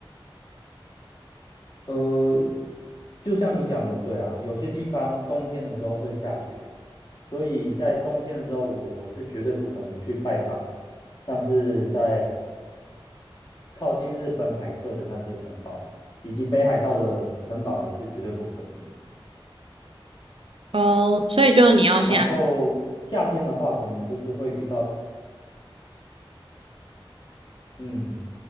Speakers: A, on the left (about 55°); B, on the right (about 75°).
A: 呃，就像你讲的，对啊，有些地方冬天的时候会下雪，所以在冬天的时候，我我是绝对不可能去拜访，像是在靠近日本海侧的那些城堡，以及北海道的城堡也是绝对不可能的。
B: 哦，所以就你要先
A: 然后夏天的话，可能就是会遇到，嗯，